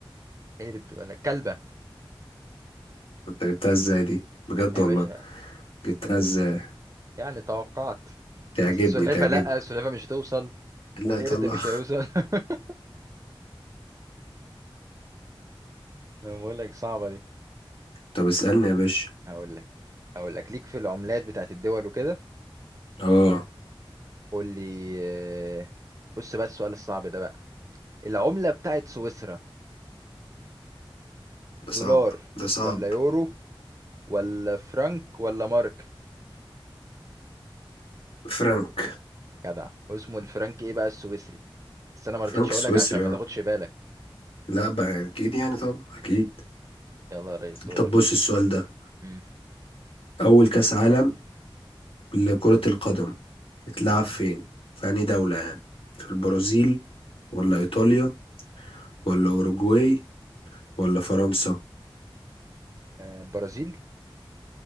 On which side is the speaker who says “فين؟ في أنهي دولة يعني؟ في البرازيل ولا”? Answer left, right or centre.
Left